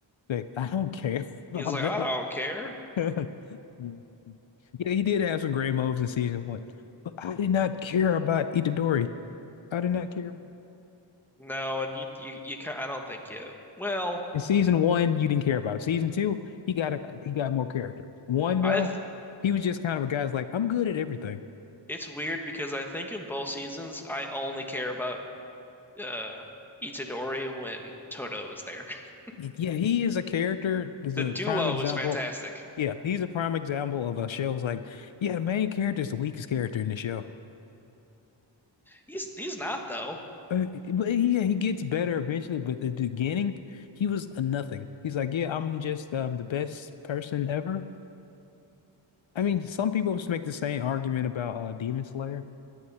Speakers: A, on the left; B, in the centre.
A: Like, I don't care <laughs>
B: He
A: about
B: was like,
A: them.
B: I don't care.
A: <laughs> Yeah. Yeah, he did have some great moves in season one, but I did not care about Itadori. I did not care about him.
B: No, and you you you can I don't think you. Well,
A: In season one, you didn't care about him. Season two, he got a, he got more character. One
B: I
A: though,
B: th
A: he was just kind of a guy's like, I'm good at everything.
B: it's weird because I think in both seasons I only care about uh Itadori when Toto is there. <laughs>
A: Yeah, he is a character. Is
B: The
A: a
B: duo
A: prime example.
B: is fantastic.
A: Yeah, he's a prime example of a show. It's like, yeah, the main character is the weakest character in the show.
B: He's he's not though.
A: Uh, but he yeah, he gets better eventually. But at the beginning, he was a nothing. He's like, yeah, I'm just um the best person ever. I mean, some people just make the same argument about uh, Demon Slayer.